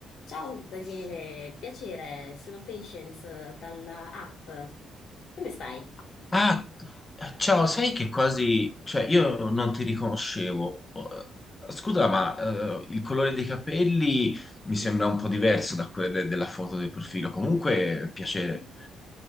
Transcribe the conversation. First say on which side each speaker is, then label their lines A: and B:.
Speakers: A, on the left; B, on the left.
A: Ciao Daniele, piacere, sono Patience dalla app. Come stai?
B: Ah, ciao, sai che quasi, cioè io non ti riconoscevo. Eh, Scusa, ma eh, il colore dei capelli mi sembra un po' diverso da quello de- della foto del profilo. Comunque, piacere.
A: <laughs>